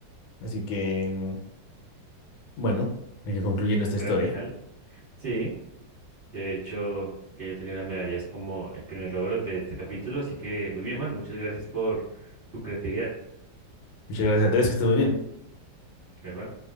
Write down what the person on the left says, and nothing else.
Así que, mm, bueno, hay que concluir nuestra
historia.
Muchas gracias, Andrés, que estés muy bien.